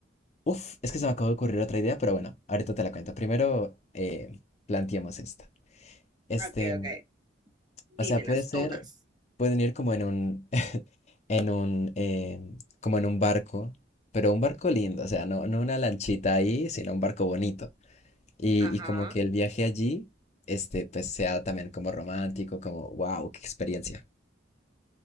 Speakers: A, on the left; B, on the right.
A: Uf, es que se me acaba de ocurrir otra idea, pero bueno, ahorita te la cuento. Primero, eh, planteemos esta. Este,
B: ok. ok. Dímelas
A: o sea, puede ser,
B: todas.
A: pueden ir como en un, <laughs> en un, eh, como en un barco, pero un barco lindo, o sea, no, no una lanchita ahí, sino un barco bonito. Y,
B: Ajá,
A: y como que el viaje allí, este, pues sea también como romántico, como, wow, qué experiencia.